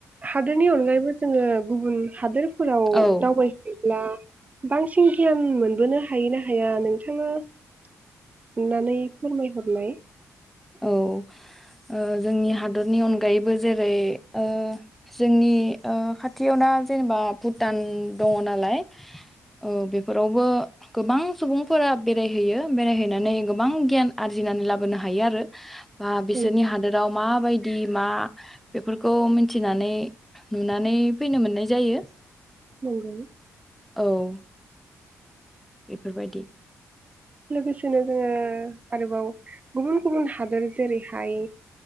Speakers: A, on the right (about 30°); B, in the centre.
A: हादोरनि अनगायैबो जोङो गुबुन हादोरफोराव
B: औ
A: दावबाय है ब्ला बांसिन गियान मोनबोनो हायोना हाया नोंथांङा अननानै फोरमाय हरलाय?
B: औ ओ जोंनि हादरनि अनगायैबो जेरै ओ जोंनि ओ खाथियावना जेनेबा भुटान दंङ नालाय औ बेफोरावबो गोबां सुबुंफोरा बेरायहैयो बेरायहैनानै गोबां गियान आरजिनानै लाबोनो हायो आरो। बा बिसोरनि
A: नंगौ
B: हादोराव मा बाय दिमा बेफोरखौ मिनथिनानै नुनानै फैनो मोननाय जायो।
A: नंगौ।
B: औ बेफोर बायदि
A: लोगोसेनो जोङो आरोबाव गुबुन गुबुन हादोर जेरै हाय